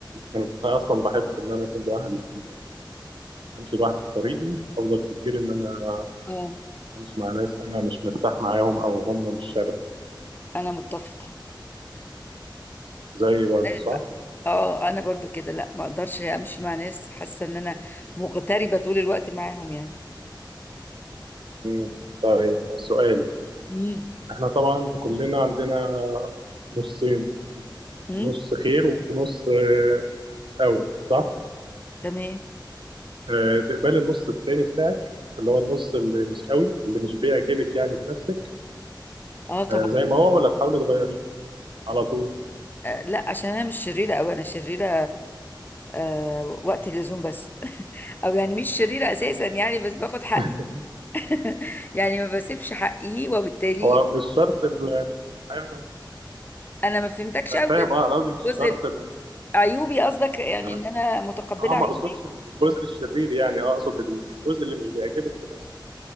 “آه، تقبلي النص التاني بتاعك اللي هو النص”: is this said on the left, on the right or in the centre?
Right